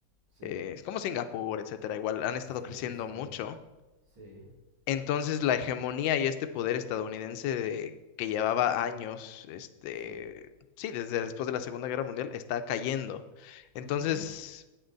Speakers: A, on the right (about 70°); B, on the left (about 70°).
A: Sí.
B: eh, es como Singapur, etcétera, igual han estado
A: Sí,
B: creciendo
A: sí, sí.
B: mucho.
A: Sí.
B: Entonces, la hegemonía y este poder estadounidense de- que llevaba años, este,
A: Sí.
B: sí, desde después de la Segunda Guerra Mundial, está cayendo. Entonces,
A: Mhm.